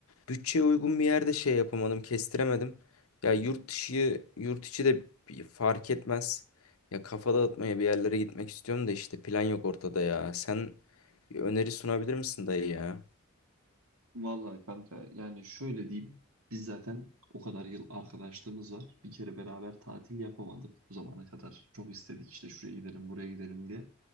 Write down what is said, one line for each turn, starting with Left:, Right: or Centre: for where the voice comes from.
Left: Bütçeye uygun bir yerde şey yapamadım, kestiremedim. Ya yurt dışı, yurt içi de bir fark etmez. Ya kafa dağıtmaya bir yerlere gitmek istiyorum da işte plan yok ortada ya. Sen bir öneri sunabilir misin dayı ya?
Right: Vallahi kanka yani şöyle diyeyim. Biz zaten o kadar yıl arkadaşlığımız var. Bir kere beraber tatil yapamadık bu zamana kadar. Çok istedik işte şuraya gidelim buraya gidelim diye.